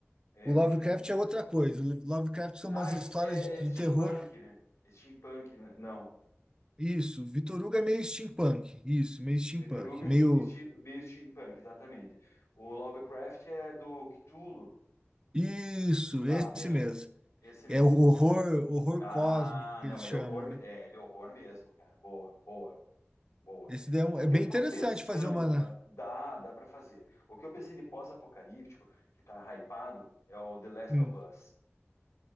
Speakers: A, on the left; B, on the right.
A: é
B: O Lovecraft
A: o 20 mil.
B: é outra coisa. O Lovecraft são
A: Ah,
B: umas
A: es-
B: histórias
A: é
B: de, de
A: steampunk,
B: terror.
A: né? Steampunk, né? Não.
B: Isso, Vitor Hugo é meio steampunk. Isso, meio steampunk.
A: Vitor Hugo é
B: Meio.
A: vesti- meio steampunk, exatamente. O Lovecraft é do Cthulhu.
B: Isso,
A: Tá,
B: esse
A: beleza.
B: mesmo.
A: Esse mesmo.
B: É o horror, horror
A: Ah,
B: cósmico que
A: não,
B: eles
A: ele
B: chamam,
A: é horror, me-
B: né?
A: é, ele é horror mesmo, cara. Boa, boa, boa.
B: Esse daí é, um-
A: O
B: é
A: que
B: bem
A: eu tava
B: interessante
A: pensando,
B: fazer uma.
A: ah, dá, dá para fazer. O que eu pensei de pós-apocalíptico, que tá hypado, é o The Last
B: Hum,
A: of Us.